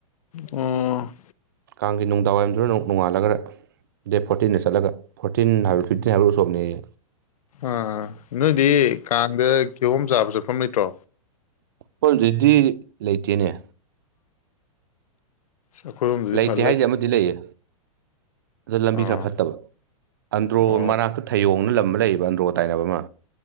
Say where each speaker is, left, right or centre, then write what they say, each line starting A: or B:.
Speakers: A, on the left (about 75°); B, on the right (about 35°).
A: ꯎꯝ꯫
B: ꯀꯥꯡꯒꯤ ꯅꯨꯡꯗꯥꯡꯋꯥꯏꯔꯝꯗꯨꯅꯛ ꯅꯣꯡꯉꯥꯜꯂꯒ ꯗꯦꯠ ꯐꯣꯔꯇꯤꯟꯗ ꯆꯠꯂꯒ__ ꯐꯣꯔꯇꯤꯟ ꯍꯥꯏꯕ ꯐꯤꯞꯇꯤꯟ ꯍꯥꯏꯕ꯭ꯔ ꯎꯁꯣꯞꯅꯦꯌꯦ꯫
A: ꯑꯥ ꯅꯣꯏꯗꯤ ꯀꯥꯡꯗ ꯀꯤꯍꯣꯝ ꯆꯥꯕ ꯆꯠꯐꯝ ꯂꯩꯇ꯭ꯔꯣ꯫
B: ꯈꯣꯏꯔꯣꯝꯗꯗꯤ ꯂꯩꯇꯦꯅꯦ꯫
A: ꯑꯩꯈꯣꯏꯔꯣꯝꯗꯗꯤ
B: ꯂꯩꯇꯦ
A: ꯐ
B: ꯍꯥꯏꯖꯦ ꯑꯃꯗꯤ ꯂꯩꯌꯦ ꯑꯗꯣ ꯂꯝꯕꯤ
A: ꯑꯥ
B: ꯈꯔ ꯐꯠꯇꯕ꯫ ꯑꯟꯗ꯭ꯔꯣ
A: ꯑꯣ
B: ꯃꯅꯥꯛꯇ ꯊꯌꯣꯡꯅ ꯂꯝ ꯑꯃꯥ ꯂꯩꯌꯦꯕ ꯑꯟꯗ꯭ꯔꯣ ꯇꯥꯏꯅꯕ ꯑꯃ꯫